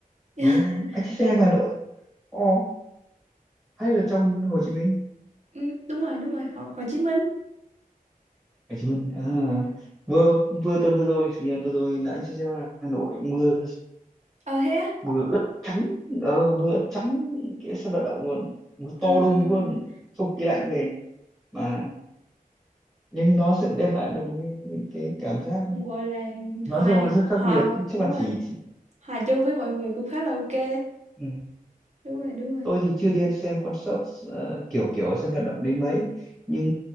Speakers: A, on the right (about 50°); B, on the right (about 20°).
A: <laughs>
B: Ờ, anh trai Say
A: đợt-
B: Hi ngoài Hà Nội Ồ, hay là trong Hồ Chí Minh
A: ừ, đúng rồi đúng rồi Hồ, Hồ Chí Minh
B: Hồ Chí Minh à,
A: ừ.
B: vừa vừa tuần vừa rồi chủ nhật vừa rồi là anh trai Say Hi Hà Nội mưa
A: ờ thế á
B: mưa ướt trắng ờ mưa ướt trắng cái sân vận động luôn mưa
A: à,
B: to đùng luôn không khí lạnh về mà nhưng nó sẽ đem lại được một cái, cái cảm giác
A: cũng gọi là
B: nói
A: hòa
B: chung là rất khác
A: hòa
B: biệt Chắc
A: đúng
B: là
A: rồi
B: chỉ, chỉ
A: hòa chung với mọi người cũng khá là ok
B: ừ.
A: đúng rồi đúng rồi
B: tôi thì chưa đi xem concert ờ, kiểu kiểu ở sân vận động đến mấy nhưng